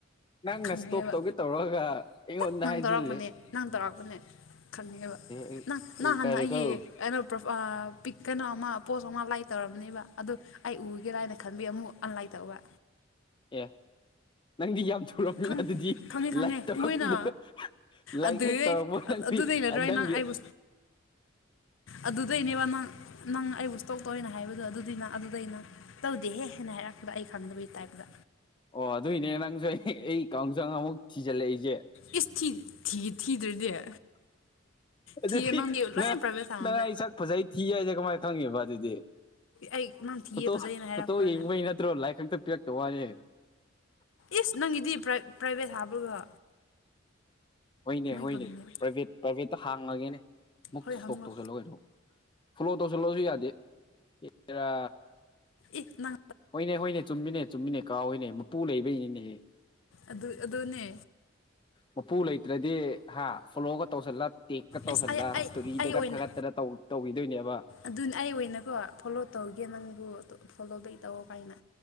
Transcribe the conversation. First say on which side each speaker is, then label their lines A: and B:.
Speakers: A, on the left (about 25°); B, on the left (about 75°).
A: ꯅꯪꯅ
B: ꯈꯪꯉꯦꯕ
A: ꯏꯁꯇꯣꯛ ꯇꯧꯒꯦ ꯇꯧꯔꯒ ꯑꯩꯉꯣꯟꯗ
B: ꯅꯪ
A: ꯍꯥꯏꯖꯤꯜꯂꯤ
B: ꯇꯧꯔꯛꯄꯅꯦ ꯅꯪ ꯇꯧꯔꯥꯛꯄꯅꯦ ꯈꯟꯉꯦꯕ
A: ꯑꯩ
B: ꯅꯪ
A: ꯑꯩ
B: ꯅ
A: ꯏꯀꯥꯏꯔꯦꯀꯣ
B: ꯍꯥꯟꯅ ꯑꯩꯒꯤ ꯀꯩꯅꯣ ꯄ꯭ꯔꯣ ꯄꯤꯛ ꯀꯩꯅꯣ ꯑꯃ ꯄꯣꯁ ꯑꯃ ꯂꯥꯏ ꯇꯧꯔꯕꯅꯦꯕ ꯑꯗ ꯑꯩ ꯎꯒꯦꯔꯥ ꯍꯥꯏꯅ ꯈꯟꯕꯤ ꯑꯃꯨꯛ ꯑꯟꯂꯥꯏ ꯇꯧꯕ
A: ꯑꯦ ꯅꯪꯗꯤ ꯌꯥꯝ ꯊ ꯊꯨꯔꯝꯃꯤꯅ
B: ꯈꯪ
A: ꯑꯗꯨꯗꯤ
B: ꯈꯪꯉꯦ ꯈꯪꯉꯦ
A: ꯂꯥꯏꯔꯤꯛ ꯇꯧꯔꯛꯄꯗꯣ
B: ꯎꯑꯦꯅ
A: ꯂꯥꯏꯔꯤꯛ
B: ꯑꯗꯨꯗꯩ
A: ꯍꯦꯛ ꯇꯧꯔꯛꯄ ꯅ
B: ꯑꯗꯨꯗꯩ ꯅꯠꯇ꯭ꯔꯣ ꯑꯩ
A: ꯗꯪꯒꯦ
B: ꯅꯪ ꯑꯩꯕꯨ ꯑꯗꯨꯗꯩꯅꯦꯕ ꯅꯪ ꯅꯪ ꯑꯩꯕꯨ ꯁ ꯇꯧ ꯇꯧꯅ ꯍꯥꯏꯕꯗꯣ ꯑꯗꯨꯗꯅ ꯑꯗꯨꯗꯩꯩꯅ ꯇꯧꯗꯦꯍꯦ ꯍꯥꯏꯅ ꯍꯥꯏꯔꯛꯈꯤꯕ ꯑꯩ ꯈꯪꯗꯕꯒꯤ ꯇꯥꯏꯞꯇ
A: ꯑꯣ ꯑꯗꯨꯏꯅꯦ ꯅꯪꯁꯨ ꯑꯩ ꯑꯩ ꯀꯥꯡꯖꯪ ꯑꯃꯨꯛ ꯊꯤꯖꯤꯜꯂꯛꯏꯁꯦ
B: ꯑꯦꯁ ꯊꯤ ꯊ ꯊꯤꯗ꯭ꯔꯗꯤꯦ
A: ꯑꯗꯨꯗꯤ
B: ꯊꯤꯒ ꯅꯣꯒꯦꯂꯣ
A: ꯅꯪ
B: ꯌꯥꯝꯟ ꯄ꯭ꯔꯥꯕꯦ ꯊꯥꯉꯝꯃꯦ
A: ꯅꯪ ꯑꯩ ꯁꯛ ꯐꯖꯩ ꯊꯤ ꯍꯥꯏꯁꯦ ꯀꯃꯥꯏꯅ ꯈꯪꯉꯦꯕ ꯑꯗꯨꯗꯤ
B: ꯑꯩ ꯅꯪ ꯊꯤꯌꯦ
A: ꯐꯣꯇꯣ
B: ꯐꯖꯩꯅ ꯍꯥꯏꯔꯛꯄ꯭ꯔꯥꯅꯦ
A: ꯐꯣꯇꯣ ꯌꯦꯡꯕꯩ ꯅꯠꯇ꯭ꯔꯣ ꯂꯥꯏ ꯈꯛꯇ ꯄꯤꯔꯛꯇ ꯋꯥꯅꯦ
B: ꯏꯁ ꯅꯪꯒꯤꯗꯤ ꯄ꯭ꯔ ꯄ꯭ꯔꯥꯏꯚꯦꯠ ꯍꯥꯕ꯭ꯔꯒ
A: ꯍꯣꯏꯅꯦ ꯍꯣꯏꯅꯦ
B: ꯈꯪꯒꯦ
A: ꯄ꯭ꯔꯥꯏꯚꯦꯠ ꯄ꯭ꯔꯥꯏꯚꯦꯠꯇ ꯍꯥꯡꯉꯒꯦꯅꯦ ꯑꯃꯨꯛꯇ
B: ꯍꯣꯏ
A: ꯏꯁꯇꯣꯛ
B: ꯍꯪꯉꯣ
A: ꯇꯧꯁꯤꯜꯂꯣꯑꯣ ꯀꯩꯅꯣ ꯐꯣꯂꯣ ꯇꯧꯁꯤꯜꯂꯁꯨ ꯌꯥꯗꯦ ꯑꯦꯔ
B: ꯏꯅ
A: ꯍꯣꯏꯅꯦ ꯍꯣꯏꯅꯦ ꯆꯨꯝꯃꯤꯅꯦ ꯆꯨꯝꯃꯤꯅꯦ ꯀꯥꯎ ꯍꯣꯏꯅꯦ ꯃꯄꯨ ꯂꯩꯕꯩꯅꯤꯅꯦꯁꯦ
B: ꯑꯗꯨ ꯑꯗꯨ ꯅꯦ
A: ꯃꯄꯨ ꯂꯩꯇ꯭ꯔꯗꯤ ꯍꯥ ꯐꯣꯂꯣꯒ ꯇꯧꯁꯜꯂ ꯇꯦꯛꯀ ꯇꯧꯁꯜꯂ
B: ꯑꯁ ꯑꯩ ꯑꯩ
A: ꯍꯇꯣꯔꯤꯗꯒ
B: ꯑꯩ ꯑꯣꯏꯅ
A: ꯊꯥꯒꯠꯇꯔ ꯇꯧꯈꯤꯗꯣꯏꯅꯦꯕ
B: ꯑꯗꯨꯅ ꯑꯩ ꯑꯣꯏꯅꯀꯣ ꯐꯣꯂꯣ ꯇꯧꯒꯦ ꯅꯪꯕꯨ ꯐꯣꯂꯣ ꯕꯦꯛ ꯇꯧꯋ ꯀꯥꯏꯅ